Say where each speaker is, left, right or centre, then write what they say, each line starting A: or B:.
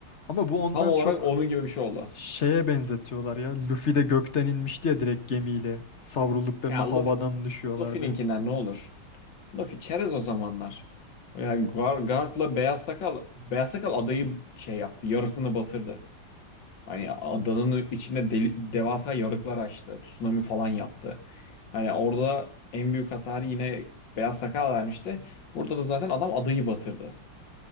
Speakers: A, on the left (about 35°); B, on the left (about 60°).
A: Ama bu ondan
B: Tam olarak
A: çok
B: onun gibi bir şey oldu.
A: Şeye benzetiyorlar ya. Luffy de gökten inmişti ya direkt gemiyle. Savrulduklarında
B: Ya
A: havadan
B: Luffy,
A: düşüyorlardı.
B: Luffy'ninkinden ne olur? Luffy çerez o zamanlar. Ya Gar- Garp'la Beyaz Sakal Beyaz Sakal adayı şey yaptı yarısını batırdı. Hani adanın içinde deli- devasa yarıklar açtı. Tsunami falan yaptı. Hani orada en büyük hasarı yine Beyaz Sakal vermişti. Burada da zaten adam adayı batırdı.